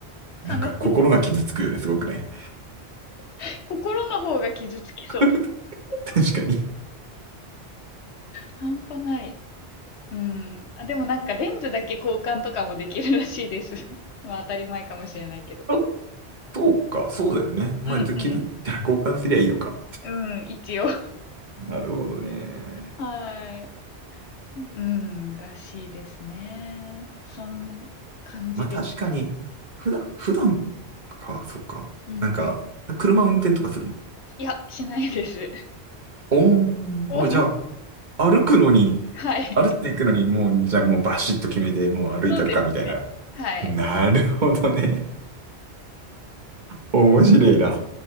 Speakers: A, on the left; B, on the right.
A: 悲し
B: なんか心が傷つくよね、すごくね。
A: す心の方が傷つきそう。
B: <laughs> 確かに。
A: 半端ない。うん。あ、でもなんかレンズだけ交換とかもできるらしいです。<laughs> まあ当たり前かもしれないけど。
B: あそうか、そうだよね。まあ、
A: うん
B: 傷ついたら交換すりゃいいのか。
A: うん。うん、一応。
B: なるほどね。
A: はい。うん、らしいですね。そんな感じです。
B: まあ確かに、普段、普段か、そっか。
A: うんうん。
B: なんか、車運転とかするの
A: いや、しないです。
B: おーん、
A: <laughs>
B: あ、じゃ
A: もう
B: あ、歩くのに、
A: はい。
B: 歩っていくのに、もう、じゃあもうバシッと決めて、もう歩いたるか、
A: そうですね。
B: みたいな。
A: はい。
B: なるほどね。面白いな。